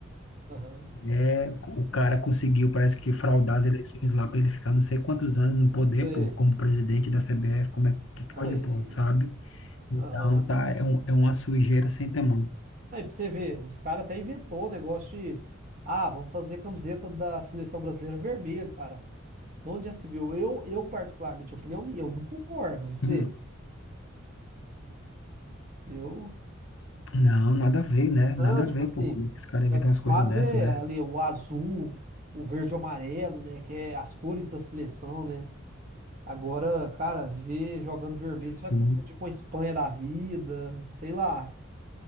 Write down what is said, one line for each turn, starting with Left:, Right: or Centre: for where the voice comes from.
Right: Aham,
Left: é, o cara conseguiu, parece que fraudar as eleições lá pra ele ficar não sei quantos anos no poder,
Right: sei.
Left: pô, como presidente da CBF, como é que
Right: Aí,
Left: pode, pô, sabe? Então,
Right: aham.
Left: tá, é, um, é uma sujeira sem tamanho.
Right: Aí pra você ver, os caras até inventou o negócio de, ah, vamos fazer camiseta da seleção brasileira vermelha, cara. Onde já se viu? Eu, eu particularmente, opinião minha, eu não concordo. E Você,
Left: Hum,
Right: eu,
Left: Não, nada a ver, né?
Right: não,
Left: Nada
Right: tipo
Left: a ver,
Right: assim,
Left: pô. Como é que os caras
Right: você
Left: inventam
Right: é acostumado
Left: umas coisas dessa,
Right: a ver
Left: né?
Right: ali o azul, o verde e o amarelo, né? Que é as cores da seleção, né? Agora, cara, ver jogando vermelho,
Left: Sim,
Right: você vai confundir com a Espanha da vida, sei lá.